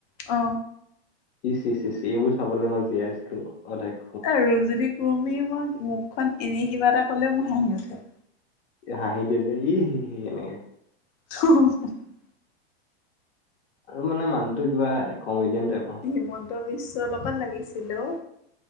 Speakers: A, on the left; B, on the left.
A: অ
B: ই চি - চি - চি এইবোৰ চাবলৈ মই জীয়াই আছিলো অধ্য
A: এ ৰূপজ্যোতি কুৰ্মীৰ মই মুখখন এনেই কিবা এটা কলে মোৰ হাঁহি উঠে৷
B: হাঁহি দিয়ে যে ই সি-সি এনেকে
A: <unintelligible>
B: আৰু মানে মানুহটো কিবা কমেডিয়ান টাইপৰ৷
A: হিমন্ত বিশ্ব লগত লাগিছিলে অ